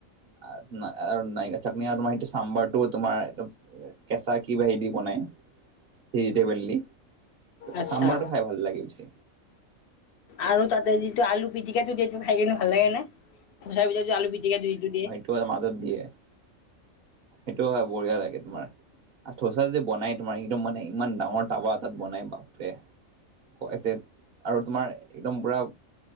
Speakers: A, on the right; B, on the left.
A: আ নাই আৰু নাৰিকল চাটনি আৰু তোমাৰ সেইটো চাম্বাৰটো তোমাৰ কেঁচা কিবা সেইদি বনাই ভেজিটেবল দি।
B: আচ্ছা।
A: চাম্বাৰটো খাই ভাল লাগে বেছি
B: আৰু তাতে যিটো আলু পিটিকাটো সেইটো খাই কিনে ভাল লাগে নে? দচা ভিতৰত যে আলুপিটিকা এইটো দিয়ে।
A: ত এ মাজত দিয়ে। সেইটো খাই বঢ়িয়া লাগে তোমাৰ। আৰু থচা যে বনাই তোমাৰ একদম মানে ইমান ডাঙৰ টাৱা এটাত বনাই বাপৰে! <unintelligible> এতে আৰু তোমাৰ একদম পুৰা